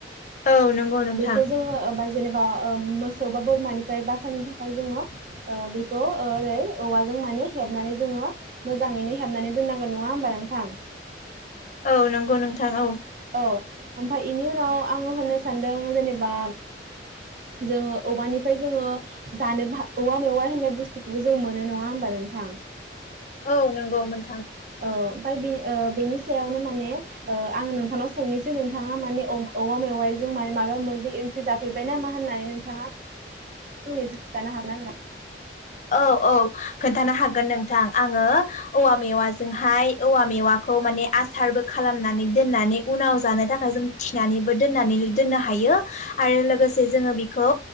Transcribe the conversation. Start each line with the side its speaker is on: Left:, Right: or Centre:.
Left: औ नंगौ नोंथां
Right: बेखौ जोङो ओमबाय। जेनेबा ओ मोसौ बा बोरमानिफ्राय बासायनो थाखाय जोङो ओ बेखौ ओरै औवाजों माने हेबनानै जोङो मोजाङैनो हेबनानै दोननांगोन नङा होमबा नोंथां।
Left: औ नंगौ नोंथां औ।
Right: औ ओमफाय एनि उनाव आङो होननो सानदों जेनेबा जोङो औवानिफाय जोङो जानो भा औवा मेवाइ होननो बुस्थुखौबो जों मोनो नङा होमबा नोंथां।
Left: औ नंगौ मोन।
Right: औ ओमफाय बे ओ बेनि सायावनो माने। औ आं नोंथांनाव सोंनिसो नोंथाङा माने औ औवा मेवाइजों माय माबा माबि ओंख्रि जाफेरबाय नामा होननानै नोंथाङा। <unintelligible> खिथानो <unintelligible>
Left: औ औ खोन्थानो हागोन नोंथां आङो औवा मेवाजोंहाय औवा मेवाखौ माने आसारबो खालामनानै दोननानै उनाव जानो थाखाय जों थिनानैबो दोननानैलै दोननो हायो आरो लोगोसे जोङो बेखौ